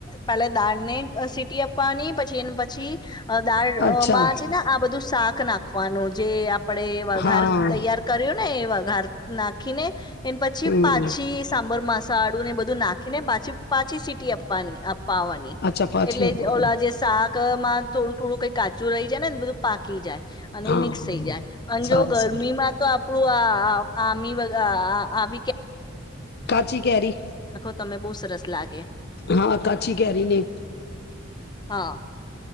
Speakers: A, on the left; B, on the left.
A: પલે દાળ ને સીટી આપવાની પછી એને પછી, દાળમાં
B: અચ્છા
A: છે ને આ બધું શાક નાખવાનું જે આપણેે વઘાર
B: હા
A: તૈયાર કર્યું ને એ ઘાર નાંખીને એ પછી
B: હમ
A: પાછી સાંભર મસા સાડું ને બધું નાખીને પછી પાછી સીટી આપવાની આપ પાવાની
B: અચ્છા પાછી
A: એટલે
B: અપાવનું
A: ઓલા જે શાક ક માં થોડું થોડું કંઈ કાચું રહી જાય નેને બધું પાકી જાય અને
B: હા
A: મિક્સ થઈ જાય અન
B: સારું
A: જો ગરમી
B: સારું
A: માં તો આપ આપડુ આ આ આમી વધા આ આમી કે
B: કાચી કેરી
A: તમે બહુ સરસ લાગે.
B: હા કાચી કેરીને
A: હા.